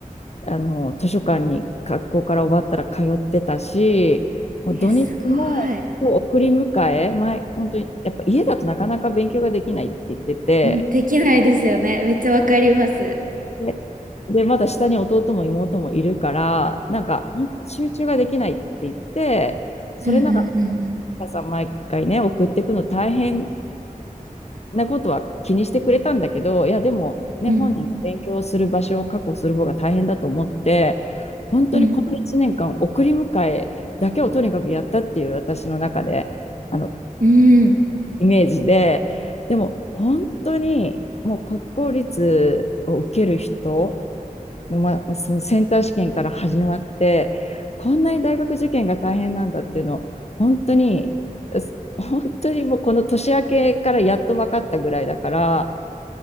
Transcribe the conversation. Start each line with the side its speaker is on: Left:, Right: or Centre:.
Left: あの、図書館に学校から終わったら通ってたし、もう土日も送り迎え、
Right: えー、すごい。
Left: 前、本当に、やっぱ家だとなかなか勉強ができないって言ってて、
Right: うん、できないですよね。めっちゃわかります。
Left: で、でまだ下に弟も妹もいるから、なんか本当に集中ができないって言って、それなら、
Right: うんうんうん
Left: お母さん毎回ね、送っていくの大変なことは気にしてくれたんだけど、いや、でも、ね、
Right: うん。
Left: 本人が勉強する場所を確保する方が大変だと思って、
Right: うん
Left: 本当にこの1年間、
Right: うん。
Left: 送り迎えだけをとにかくやったっていう私の中で、あの、
Right: うん。
Left: イメージで、でも、本当に、もう国公立を受ける人の、ま、そのセンター試験から始まって、こんなに大学受験が大変なんだっていうのを、本当に、本当にもうこの年明けからやっと分かったぐらいだから、